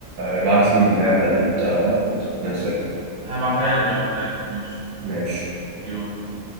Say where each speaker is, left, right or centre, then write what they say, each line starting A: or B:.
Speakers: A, on the right; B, on the right.
A: ابعت لي اللعبه اللي انت كنت بتنزلها
B: هبعتها لك هبعتها لك ماشي
A: ماشي
B: يلا